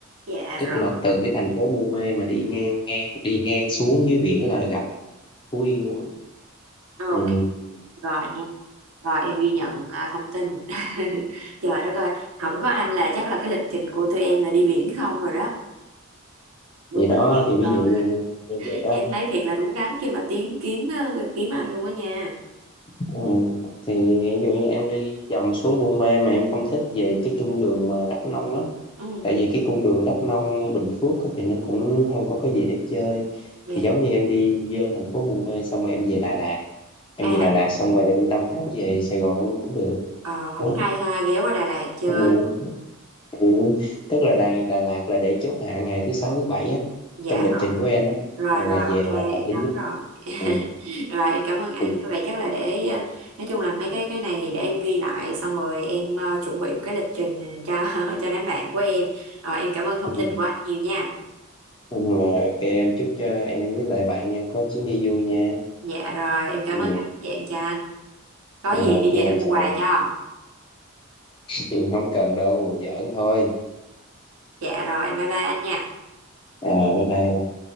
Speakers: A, on the right; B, on the left.
A: Dạ
B: tức
A: rồi.
B: là từ cái thành phố Buôn Mê mà đi ngang ngang đi ngang xuống dưới biển là gặp Phú Yên luôn á
A: Ok
B: ừ.
A: rồi nha. Rồi em ghi nhận à, thông tin. <laughs> Trời đất ơi, không có anh là chắc là cái lịch trình của tụi em là đi biển không rồi đó. Đúng
B: thì đó
A: là thiệt.
B: thì ví
A: Ờ,
B: dụ như, như vậy đó
A: em thấy thiệt là đúng đắn khi mà tiến kiếm ờ, kiếm anh luôn á nha
B: ừ. thì ví dụ như em đi vòng xuống Buôn Mê mà em không thích về cái cung đường mà Đắk Nông á
A: ừ
B: tại vì cái cung đường Đắk Nông Bình Phước á, thì nó cũng không có cái gì để chơi
A: dạ
B: thì giống như em đi lên thành phố Buôn Mê xong rồi em về Đà Lạt em
A: à
B: về Đà Lạt xong rồi em đâm thẳng về Sài Gòn luôn cũng được
A: ờ, cũng
B: đó
A: hay ha ghé qua Đà Lạt chơi
B: ừ. Ừ. tức là Đà, Đà Lạt là để chốt hạ ngày thứ sáu thứ bảy á
A: dạ
B: trong lịch
A: rồi
B: trình của em á
A: rồi
B: là
A: rồi
B: về
A: ok
B: là hợp
A: em
B: lý
A: nắm
B: nhất
A: rồi <laughs>
B: ừ.
A: rồi em cảm ơn anh
B: Ừ.
A: vậy chắc là để ờ, nói chung là mấy cái cái này thì để em ghi lại xong rồi em ờ, chuẩn bị một cái lịch trình cho <laughs> cho đám bạn của em Ờ, em cảm ơn thông
B: Ừ.
A: tin của anh nhiều nha
B: Rồi, ok em chúc cho em với lại bạn em có chuyến đi vui nha
A: dạ rồi em cảm
B: ừ.
A: ơn anh dạ em chào anh có
B: Rồi,
A: gì
B: ok
A: đi
B: anh
A: về em mua
B: chào
A: quà cho
B: em <laughs> không cần đâu giỡn thôi
A: dạ rồi bye bye anh nha
B: à, bye bye